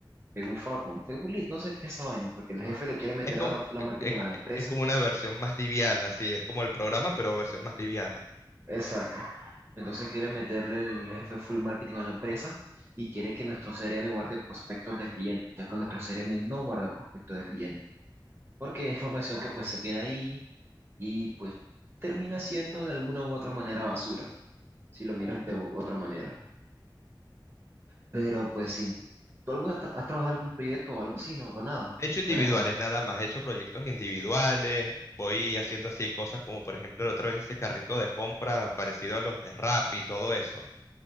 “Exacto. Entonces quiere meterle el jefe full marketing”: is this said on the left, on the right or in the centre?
Right